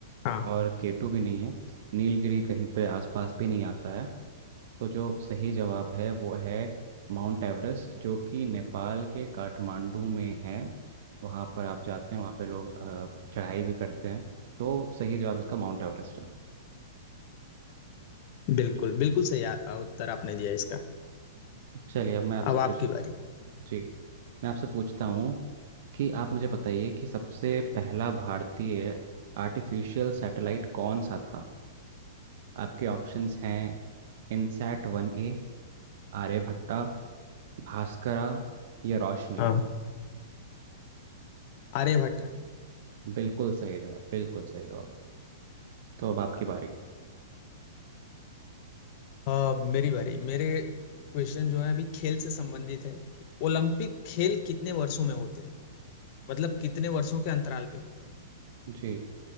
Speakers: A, on the left (about 40°); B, on the right (about 55°).
A: हाँ
B: और केटू भी नहीं है नीलगिरी कहीं पे आसपास भी नहीं आता है तो जो सही जवाब है वो है माउंट एवरेस्ट जो कि नेपाल के काठमांडू में है वहाँ पर आप जाते हैं वहाँ पे लोग अ, चढ़ाई भी करते हैं तो सही जवाब इसका माउंट एवरेस्ट
A: बिल्कुल
B: है
A: बिल्कुल सही आ, आ, उत्तर आपने दिया इसका
B: चलिए अब मैं आपसे
A: अब
B: पूछ
A: आपकी बारी
B: जी मैं आपसे पूछता हूँ कि आप मुझे बताइए कि सबसे पहला भारतीय आर्टिफिशियल सैटेलाइट कौन सा था आपके ऑप्शंस हैं INSAT one A Aryabhata Bhaskara या रोशनी
A: हाँ आर्यभट्ट
B: बिल्कुल सही जवाब बिल्कुल सही जवाब तो अब आपकी बारी
A: अ, मेरी बारी मेरे क्वेश्चन जो है अभी खेल से संबंधित है कि ओलंपिक खेल कितने वर्षों में होते हैं मतलब कितने वर्षों के अंतराल पे होते हैं
B: जी